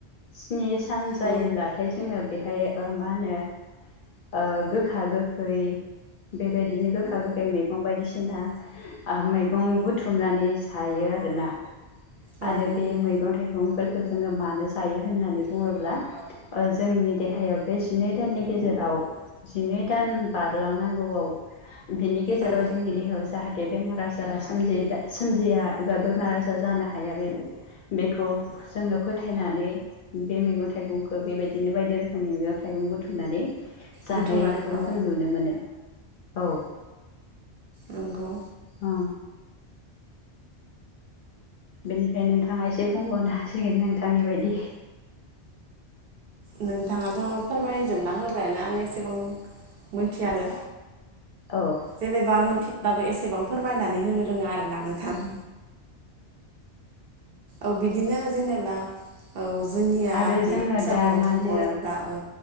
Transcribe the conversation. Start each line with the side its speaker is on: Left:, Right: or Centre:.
Left: स्नि सान
Right: औ
Left: जायोब्लाथाय जोङो बेहाय ओ मा होनो ओ गोखा गोखै बेबायदिनो गोखा गोखै मैगं बायदिसिना ओ मैगं बुथुमनानै जायो आरोना।
Right: औ
Left: आरो बे मैगं थाइगंफोरखौ जोङो मानो जायो होननानै बुङोब्ला। ओ जोंनि देहायाव बे जिनै दाननि गेजेराव जिनै दान बारलांनांगौआव बिनि गेजेराव
Right: औ
Left: जोंनि देहायाव जाहाथे बेमार आजारा सोमजिदो सोमजगया। एबा बेमार आजार जानो हाया बे बेखौ जोङो फोथायनानै बे मैगं थाइगं ओ बेबायदिनो बायदि रोखोमनि मैगं थाइगं बुथुमनानै जानायखौ
Right: बुथुमनानै औ
Left: जों नुनो मोनो। औ
Right: नंगौ
Left: अ। बेनिफ्राय नोंथाङा एसे बुंबावनो हासिगोन नोंथांनि बायदि।
Right: नोंथाङाथ' फोरमायजोबना होबायानो आं एसेबां मोनथिया आरो।
Left: औ।
Right: जेनेबा मोनथिब्लाबो एसेबां फोरमायनानै होनो रोङा आरो ना नोंथां। औ बिदिनो जेनेब्ला औ जोंनिया
Left: आरो
Right: बे
Left: जोङो
Right: बैसागुआवथ'
Left: दा मा होनो
Right: बर'फोरा औ